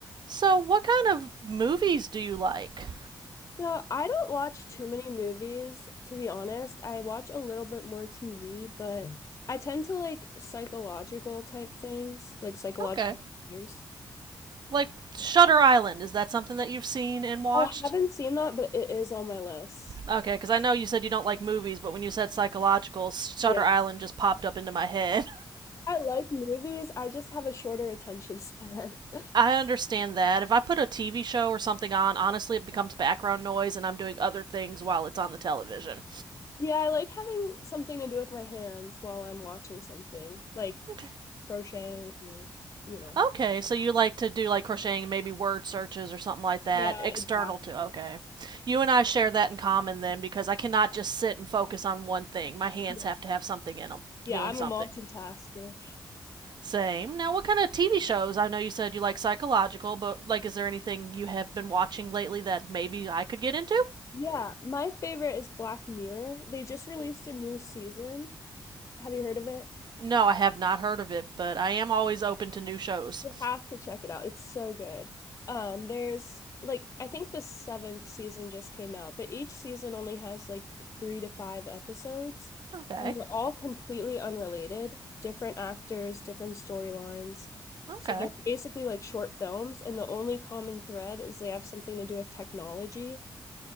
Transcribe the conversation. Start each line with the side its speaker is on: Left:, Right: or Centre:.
Right: So, what kind of movies do you like?
Left: So I don't watch too many movies, to be honest. I watch a little bit more TV, but Mm. I tend to like psychological type things, like psychological
Right: Okay.
Left: thrillers.
Right: Like Shutter Island, is that something that you've seen and watched?
Left: I haven't seen that, but it is on my list.
Right: Okay, because I know you said you don't like movies, but when you said psychological, Shutter
Left: Yeah.
Right: Island just popped up into my head.
Left: I like movies. I just have a shorter attention span. <laughs>
Right: <laughs> I understand that. If I put a TV show or something on, honestly, it becomes background noise and I'm doing other things while it's on the television.
Left: Yeah, I like having something to do with my hands while I'm watching something, like
Right: Okay.
Left: crocheting or, you know.
Right: Okay, so you like to do like crocheting, maybe word searches or something like that,
Left: Yeah,
Right: external
Left: exactly.
Right: to. Okay. You and I share that in common then because I cannot just sit and focus on one thing. My hands
Left: Yeah,
Right: have to have something in them,
Left: Yeah,
Right: doing
Left: I'm
Right: something.
Left: a multitasker.
Right: Same. Now, what kind of TV shows? I know you said you like psychological, but like, is there anything you have been watching lately that maybe I could get into?
Left: Yeah, my favorite is Black Mirror. They just released a new season. Have you heard of it?
Right: No, I have not heard of it, but I am always open to new shows.
Left: You have to check it out. It's so good. Um, there's like I think the seventh season just came out, but each season only has like three to five episodes,
Right: Okay.
Left: and they're all completely unrelated, different actors, different storylines.
Right: Okay.
Left: So they're basically like short films, and the only common thread is they have something to do with technology.